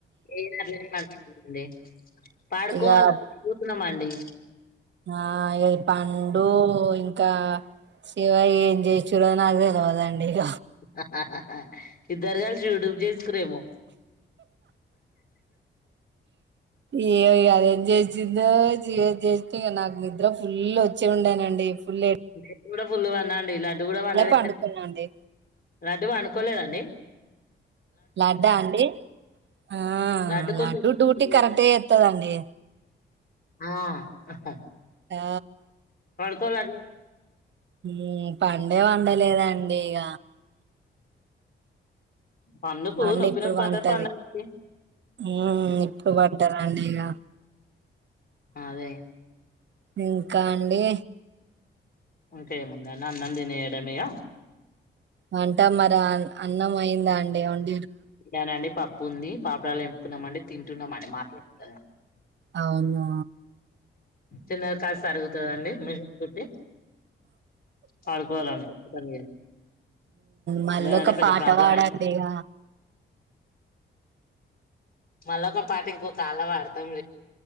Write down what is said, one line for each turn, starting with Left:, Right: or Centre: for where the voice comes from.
Left: ఏడి అసల్ ఏడండి <unintelligible> పాడకోల
Right: ఇక
Left: కూసునమండి
Right: ఆ ఏ పండు ఇన్ ఇంకా శివ ఏం చేయచున నాకు తెలవదండి ఇక
Left: హహ ఇద్దరు కలిసి యూడ్యూబ్ చేసురేమో
Right: ఏమొ ఇగ అదేం చేసిందో చేసి ఇ నాకు నిద్ర ఫుల్ వచ్చే ఉండేనండి ఫులే
Left: నేను కూడా ఫులు గా ఉన్న లడ్డు కూడా వండవేట్నా
Right: పండుకున్నాండి
Left: లడ్డు వడుకోలేదండి
Right: లడ్డా అండి ఆ
Left: లడ్డు కొంచెం
Right: లడ్డూ
Left: పండుకోలేదు.
Right: డ్యూటీ కరెక్టే చెత్తదండి
Left: ఆ ఆహ్
Right: ఆ
Left: పొదండి
Right: ఊమ్ పండే వండలేదండి ఇగ
Left: పండుకు
Right: అండి
Left: నొప్పి
Right: ఇప్పుడు
Left: నొప్పి
Right: పంటది
Left: అంటది పండగకి
Right: ఊమ్ ఇప్పుడు పంట దండి ఇగ
Left: ఆ అదే
Right: ఇంకా అండి
Left: ఇంకాముందండి అన్నం తినేయడం ఇగ
Right: వంట మరి ఆ అన్నం అయిందా అండి ఏమన్నా
Left: నేనండి పప్ పప్పుంది పాపడలు ఎంపుకున్నంమండి తింటున్న మట మాత్ర ఆ
Right: అవును
Left: తిన్నది కాస్త ఆరుగుతుందిండి మీ తోటి పాల్కోవాల అండి పె
Right: మళ్ళీ
Left: లేదుంటే
Right: ఒక
Left: పెద్ద
Right: పాట
Left: ప్రాబ్లం
Right: పాడండి
Left: అయింది
Right: ఇక
Left: మళ్ళొ ఒక పాట ఇంకో కాళ్ల వాడత తంం